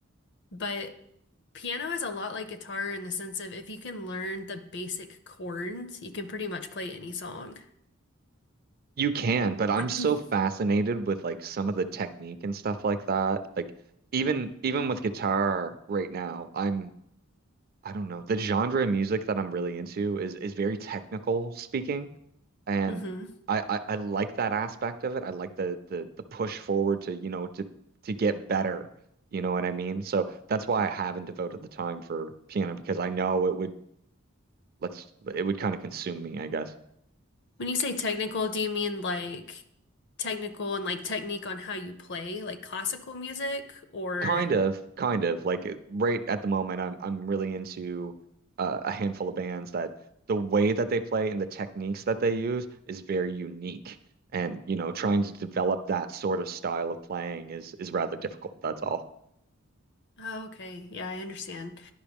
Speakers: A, on the left; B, on the right.
A: But piano is a lot like guitar in the sense of if you can learn the basic chords, you can pretty much play any song.
B: You can, but I'm
A: <clears throat>
B: so fascinated with like some of the technique and stuff like that. Like even even with guitar right now, I'm I don't know, the genre of music that I'm really into is is very technical speaking. and
A: hmm
B: I, I I like that aspect of it. I like the the the push forward to, you know, to to get better. You know what I mean? So that's why I haven't devoted the time for piano because I know it would let's it would kind of consume me, I guess.
A: When you say technical, do you mean like technical and like technique on how you play, like classical music or
B: Kind of, kind of like it- right at the moment I'm I'm really into uh, a handful of bands that the way that they play and the techniques that they use is very unique. And, you know, trying to develop that sort of style of playing is is rather difficult. That's all.
A: Oh, okay. Yeah, I understand.